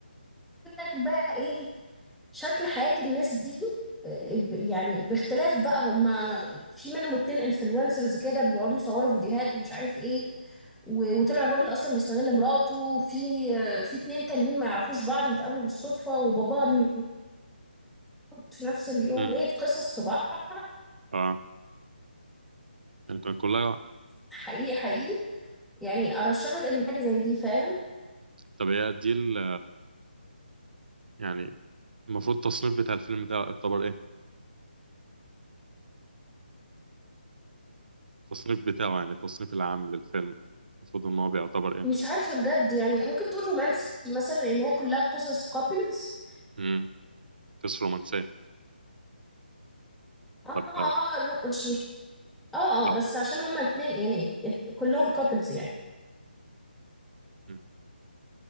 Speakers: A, in the centre; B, on the right.
A: لك بقى ايه شكل حياة الناس دي آه، ب- يعني باختلاف بقى هما في منهم اتنين انفلونسرز كده بيقعدوا يصوروا فيديوهات ومش عارف ايه و- وطلع الراجل اصلا بيستغل مراته وفي آه، في اتنين تانيين ما يعرفوش بعض بيتقابلوا بالصدفة وباباه بيموت في نفس اليوم
B: مم.
A: ايه قصص في بعض
B: اه يعني كان كلها
A: حقيقي حقيقي يعني ارشحه لان حاجة زي دي فاهم
B: طب هي دي ال- يعني المفروض التصنيف بتاع الفيلم ده يعتبر إيه؟ التصنيف بتاعه يعني التصنيف العام للفيلم المفروض ان هو بيعتبر ايه
A: مش عارفة بجد يعني ممكن تقول رومانسي مثلا لأنها كلها قصص كابلز
B: امم قصة رومانسية
A: اه
B: طب
A: اه
B: آه،
A: الر- مش مش اه
B: لا
A: اه بس عشان هما الاتنين يعني ات- كلهم كابلز يعني
B: مم.